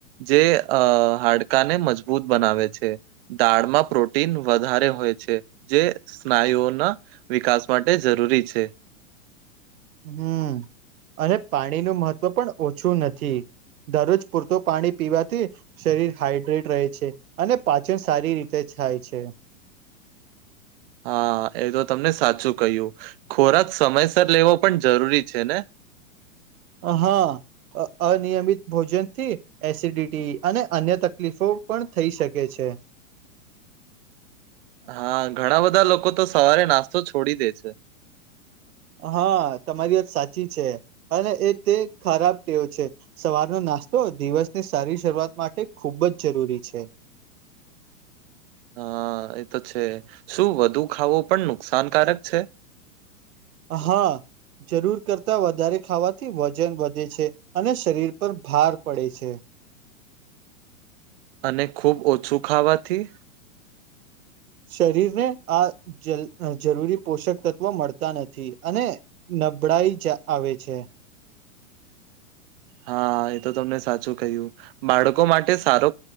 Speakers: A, on the right; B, on the right.
A: જે અ હાડકાને મજબૂત બનાવે છે. દાળમાં પ્રોટીન વધારે હોય છે જે સ્નાયુઓના વિકાસ માટે જરૂરી છે.
B: હમ અને પાણી નું મહત્વ પણ ઓછું નથી દરરોજ પૂરતો પાણી પીવાથી શરીર હાઈડ્રેટ રહે છે અને પાચન સારી રીતે થાય છે.
A: હા એ તો તમને સાચું કહ્યું ખોરાક સમયસર લેવો પણ જરૂરી છે ને
B: હા અ અનિયમિત ભોજન થી એસિડિટી અને અન્ય તકલીફો પણ થઈ શકે છે.
A: હા ઘણા બધા લોકો તો સવારે નાસ્તો છોડી દે છે.
B: હા તમારી વાત સાચી છે અને એ તે ખરાબ ટેવ છે. સવારનો નાસ્તો દિવસની સારી શરૂઆત માટે ખુબ જ જરૂરી છે.
A: હા એ તો છે શું વધુ ખાવું પણ નુકસાનકારક છે.
B: હા, જરૂર કરતા વધારે ખાવાથી વજન વધે છે, અને શરીર પર ભાર પડે છે.
A: અને ખૂબ ઓછું ખાવાથી
B: શરીર ને આ જરૂરી પોષક તત્વો મળતા નથી અને, નબળાઈ જા આવે છે.
A: હા એ તો તમને સાચું કહ્યું. બાળકો માટે સારો